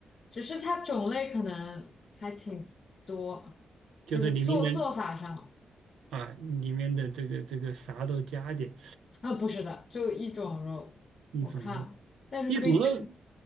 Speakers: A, on the left (about 55°); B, on the right (about 80°).
A: 只是它种类可能还挺多，
B: 就是里面的
A: 就是做做法上
B: 啊，里面的这个这个啥都加点。
A: 啊，不是的，就一种肉，
B: 一种肉，
A: 我看，但是可以这
B: 一种肉，